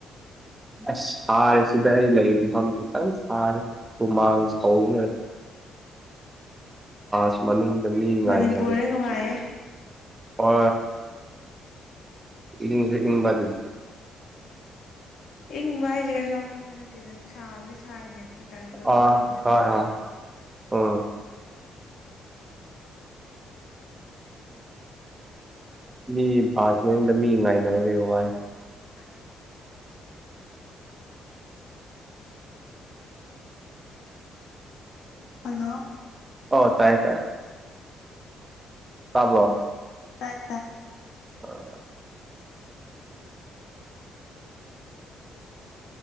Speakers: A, on the right; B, on the left.
A: ꯑꯁ ꯁꯔꯁꯤꯗ ꯑꯩ ꯂꯩꯐꯝꯇꯪ ꯁꯔ ꯍꯨꯃꯥꯡ ꯁꯧꯅ ꯁ ꯃꯅꯤ ꯉꯥꯏ
B: ꯃꯅꯤꯄꯨꯔꯗ
A: ꯍꯥꯏꯒꯦ
B: ꯅꯨꯡꯉꯥꯏꯌꯦ
A: ꯑ ꯏꯁꯦ ꯏꯨꯡꯕꯥꯗꯦ
B: ꯏꯪꯕ ꯍꯥꯏꯁꯦ ꯀꯩꯁꯨ ꯌꯥꯝ ꯏꯪꯕ ꯅꯠꯇꯦꯗ ꯁꯥꯕꯨꯗꯤ ꯁꯥꯔꯤꯅꯦ ꯑꯣꯏꯇꯥꯔꯁꯨ ꯑꯗꯨ
A: ꯑꯥ
B: ꯌꯧꯅꯗꯤ
A: ꯍꯣꯏ
B: ꯁꯥꯗꯦꯕ
A: ꯍ ꯎ ꯃꯤ ꯁꯃꯗ ꯃꯤ ꯉꯥꯏꯅꯦ ꯋꯥ
B: ꯑꯥ ꯍꯜꯂꯣ
A: ꯍꯣ ꯇꯥꯏ ꯇꯥꯏ ꯇꯕꯣ
B: ꯇꯥꯏ ꯇꯥꯏ
A: ꯑ